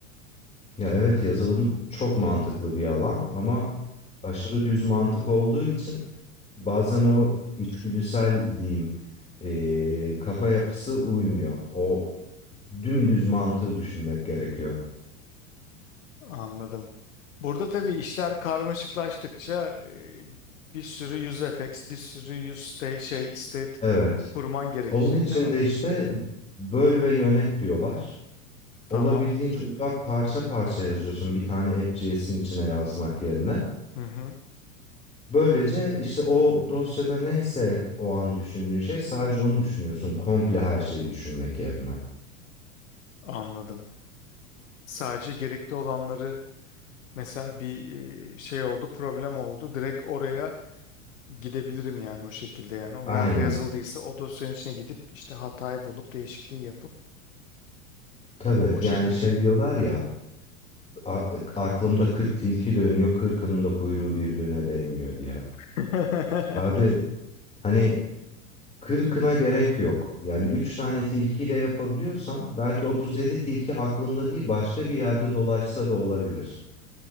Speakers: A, on the left; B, on the left.
A: Ya evet yazılım çok mantıklı bir alan ama aşırı düz mantık olduğu için bazen o içgüdüsel diyeyim eee, kafa yapısı uymuyor. O dümdüz mantığı düşünmek gerekiyor.
B: Anladım. Burada tabii işler karmaşıklaştıkça e, bir sürü use effects, bir sürü use state, şey state
A: Evet.
B: kurman gerekecek
A: Onun için
B: değil mi?
A: de işte böl ve yönet diyorlar.
B: Tamam.
A: Olabildiğince ufak parça parça yazıyorsun bir tane app.js'in içine yazmak yerine.
B: Hı hı.
A: Böylece işte o dosyada neyse o an düşündüğün şey sadece onu düşünüyorsun. Komple her şeyi düşünmek yerine.
B: Anladım. Sadece gerekli olanları mesela bir e, şey oldu, problem oldu. Direkt oraya gidebilirim yani o şekilde yani. O
A: Aynen.
B: nerede yazıldıysa o dosyanın içine gidip işte hatayı bulup değişikliği yapıp
A: Tabii
B: o şekilde
A: yani şey diyorlar ya a- aklımda 40 tilki dönüyor kırkının da kuyruğu birbirine değmiyor diye.
B: <laughs>
A: Abi hani kırkına gerek yok. Yani 3 tane tilkiyle yapabiliyorsan belki 37 tilki aklında değil başka bir yerde dolaşsa da olabilir.